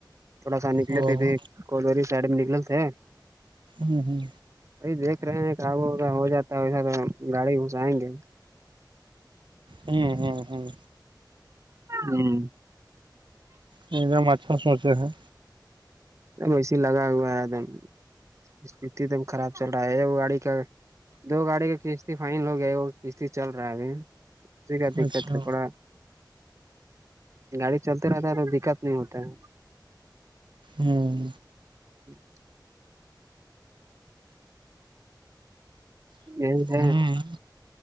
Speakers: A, on the right (about 40°); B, on the right (about 85°).
A: تھوڑا سا نکلے
B: او
A: تھےے
B: ہوں
A: کوی سائڈ میں نکل تھے
B: ہوں ہوں
A: بائی دیکھ رہے ہیں کاابو کا ہو جاتا ہے ویسا تو گاڑی گھسائیں گے
B: ہوں ہوں ہوں
A: ہوں
B: ایک دم اچھا سوچے ہیں
A: ا وسے لگا ہوا ہے ایک دم اسک دم خراب چل رہا ہے وہ گاڑی کا دو گاڑی کا کشتی فائن ہو گیا ہے وہ کشتی چل رہا ہے اسی کا دقت
B: اچھا
A: ہے تھوڑا گاڑی چلتے رہتا ہے تو دقت نہیں ہوتا ہے
B: ہوں
A: ہ <inaudible> یہی
B: ہوں